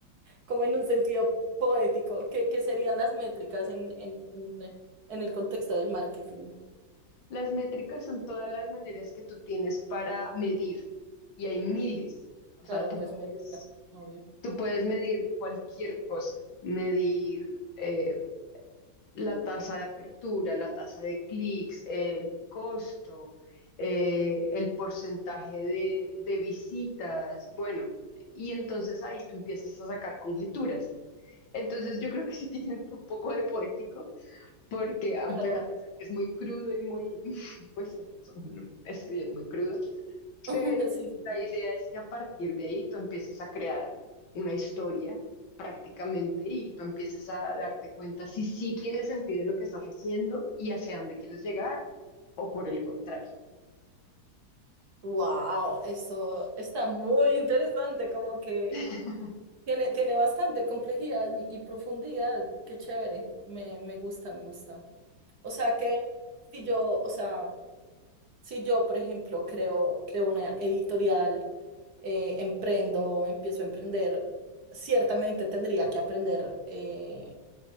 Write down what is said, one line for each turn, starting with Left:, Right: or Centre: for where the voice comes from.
Right: como en un sentido poético. ¿Qué, qué serían las métricas en, en, en, en el contexto del marketing?
Left: las métricas son todas las maneras que tú tienes para medir y hay miles. O sea,
Right: Claro,
Left: tú
Right: pues
Left: puedes
Right: métrica, obvio.
Left: Tú puedes medir cualquier cosa, medir eh, la tasa de apertura, la tasa de clics, el costo, eh, el porcentaje de, de visitas, bueno, y entonces ahí tú empiezas a sacar conjeturas. Entonces yo creo que sí tienen un poco de poético, porque a
Right: Claro.
Left: pe- a pesar que es muy crudo y muy, <laughs> pues, es, son- es- sí, es muy crudo,
Right: <laughs>
Left: pero
Right: Sí, sí.
Left: la idea es que a partir de ahí tú empieces a crear una historia prácticamente y tú empieces a darte cuenta si sí tiene sentido lo que estás haciendo y hacia dónde quieres llegar o por el contrario.
Right: Wow, esto está muy interesante, como que
Left: <laughs>
Right: tiene, tiene bastante complejidad y, y profundidad. Qué chévere. Me, me gusta, me gusta. O sea que si yo, o sea. Si yo, por ejemplo, creo, creo una editorial, eh, emprendo, empiezo a emprender, ciertamente tendría que aprender eh,